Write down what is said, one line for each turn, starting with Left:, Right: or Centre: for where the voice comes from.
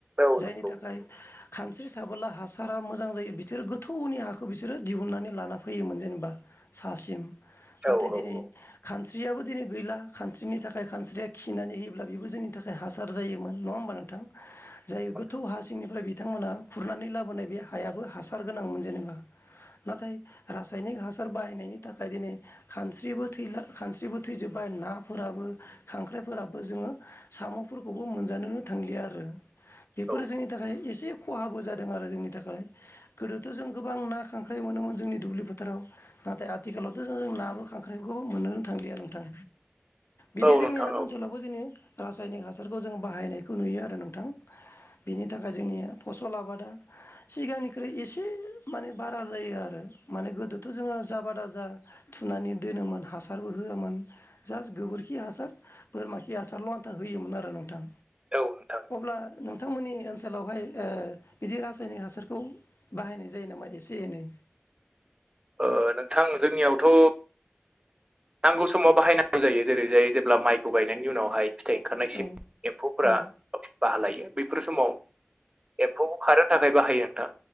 Right: औ
Left: जायनि
Right: नंगौ
Left: थाखाय
Right: नंगौ
Left: खानस्रि थाबोला हासारा मोजां जायो बिसोरो गोथौनि हा खौ बिसोरो दिहुननानै लाना फैयोमोन जेनेबा सासिम
Right: औ
Left: नाथाय दिनै
Right: औ
Left: खान्स्रियाबो दिनै गैला खान्स्रिनि थाखाय खानस्रिया खिनानै होयोब्ला बेखौ जोंनि थाखाय हा सार जायोमोन नङा होमबा नोंथां? जायो
Right: नोंथां
Left: गोथौ हा सिंनिफ्राय बिथांमोना खुरनानै लाबोनाय बे हायाबो हासार गोनांमोन जेनेबा नाथाय रासायनिक हासार बाहायनायनि थाखाय दिनै खानस्रिबो थैला खानस्रिबो थैजोब्बाय नाफोराबो खांख्राइफोराबो जोङो साम'फोरखौबो मोनजानोनो थांलिया आरो बेफोरो
Right: औ
Left: जोंनि थाखाय एसे खहाबो जादों आरो जोंनि थाखाय गोदोथ' जों गोबां ना खांख्राय मोनोमोन जोंनि दुब्लि फोथाराव। नाथाय आथिखालावथ' जों नाबो खांख्राइखौबो मोनोनो थांलिया नोंथां। बिदि
Right: औ नोंथां
Left: जोंनिया
Right: औ
Left: ओनसोलावबो जोंनि रासायनिक हासारखौ जोंङो बाहायनायखौ नुयो आरो नोंथां। बिनि थाखाय जोंनिया फसल आबादा सिगांनिख्रुइ एसे माने बारा जायो आरो माने गोदोथ' जोङो जाबादा जा थुनानै दोनोमोन हासारबो होयामोन जास्ट गोबोरखि हासार। बोरमा खि हासारल' आन्था होयोमोन आरो नोंथां
Right: औ नोंथां औ
Left: अब्ला नों नोंमोननि ओनसोलावहाय ओ बिदि रासायनिक हासारखौ बाहायनाय जायो नामा एसे एनै
Right: ओ नोंथां जोंनियावथ' नांगौ समाव बाहायनांगौ जायो जेरै जाय जेब्ला माइखौ गायनायनि उनावहाय फिथाइ ओंखारनायसै
Left: औ
Right: एम्फौफोरा
Left: औ
Right: बाहा लायो बेफोर समाव एम्फौ खारनो थाखाय बाहायो नोंथां।